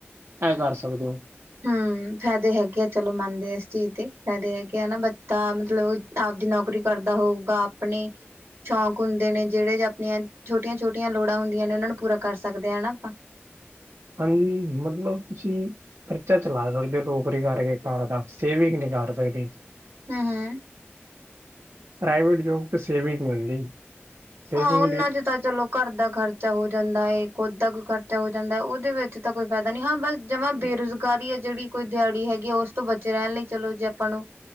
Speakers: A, on the right; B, on the right.
A: ਇਹ ਕਰ ਸਕਦੇ ਹੋ।
B: ਹਮ, ਫਾਇਦੇ ਹੈਗੇ ਆ ਚਲੋ ਮੰਨਦੇ ਇਸ ਚੀਜ਼ ਤੇ, ਫਾਇਦੇ ਹੈਗੇ ਆ ਨਾ ਬੱਚਾ ਮਤਲਬ ਆਪਦੀ ਨੌਕਰੀ ਕਰਦਾ ਹੋਊਗਾ। ਆਪਣੇ ਸ਼ੌਕ ਹੁਦੇ ਨੇ ਜਿਹੜੇ ਆਪਣੀਆਂ ਛੋਟੀਆਂ- ਛੋਟੀਆਂ ਲੋੜਾ ਹੁੰਦੀਆਂ ਨੇ ਉਹਨਾ ਨੂੰ ਪੂਰਾ ਕਰ ਸਕਦੇ ਹ ਹਨਾ। ਆਪਾਂ-
A: ਹਾਂਜੀ। ਮਤਲਬ ਤੁਸੀ ਖਰਚਾ ਚਲਾ ਸਕਦੇ ਹੋ ਨੌਕਰੀ ਕਰਕੇ ਘਰ ਦਾ ਸੇਵਿੰਗ ਨਹੀ ਕਰ ਸਕਦੇ।
B: ਹੂੰ-ਹੂੰ।
A: ਪ੍ਰਾਈਵੇਟ ਜੋਬ ਤੇ ਸੇਵਿੰਗ ਮਿਲਦੀ। ਸੇਵਿੰਗ
B: ਹਾਂ, ਉਹਨਾਂ
A: ਲਈ
B: 'ਚ ਤਾਂ ਚਲੋ। ਘਰ ਦਾ ਖਰਚਾ ਹੋ ਜਾਂਦਾ। ਹੈਏ ਖੁਦ ਦਾ ਕੋਈ ਖਰਚਾ ਹੋ ਜਾਂਦਾ। ਉਹਦੇ ਵਿਚ ਤਾਂ ਕੋਈ ਫਾਇਦਾ ਨਹੀਂ ਹਾਂ। ਬਸ ਜਮਾ ਬੇਰੁਜ਼ਗ ਕਾਰੀ ਹੈ। ਜਿਹੜੀ ਕੋਈ ਦਿਹਾੜੀ ਹੈਗੀ ਆ ਉਸ ਤੋਂ ਬਚੇ ਰਹਿਣ ਲਈ ਚਲੋ ਜੇ ਆਪਾ ਨੂੰ